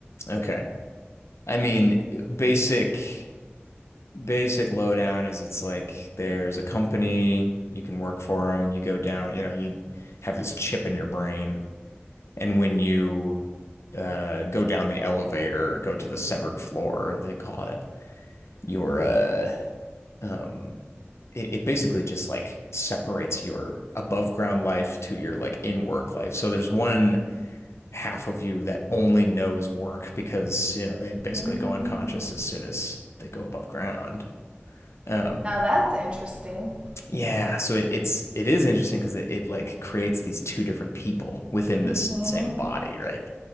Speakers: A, on the left; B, on the right.
A: Okay. I mean, basic basic lowdown is it's like there's a company, you can work for them, you go down, you know, you have this chip in your brain, and when you uh, go down the elevator, go to the severed floor, they call it. Your uh, um, it, it basically just like separates your above ground life to your like in work life. So there's one half of you that only knows work because you know they basically
B: Mm.
A: go unconscious as soon as they go above ground. Um,
B: Now that's interesting.
A: yeah, so it, it's it is interesting because it, it like creates these two different people within
B: Mhm.
A: this same body, right?